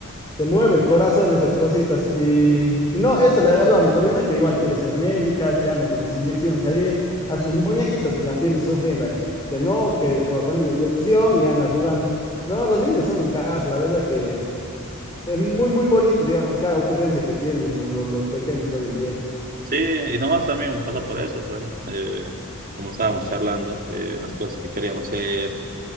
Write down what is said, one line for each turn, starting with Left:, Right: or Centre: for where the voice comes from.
Left: te mueve el corazón esas cositas. Y, y no, eso le agarró a mi sobrina que igual quiere ser médica, que anda con las inyecciones ahí, a sus muñequitas la tiene sufriendo ahí. Que no, que le va a poner la inyección y anda jugando. No, los niños son un caso, la verdad que es muy, muy bonito, digamos, cada ocurrencia que tienen los, los- los pequeños hoy en día.
Right: Sí, y nosotros también hemos pasado por eso, bueno, eh, como estábamos charlando, eh, las cosas que queríamos hacer.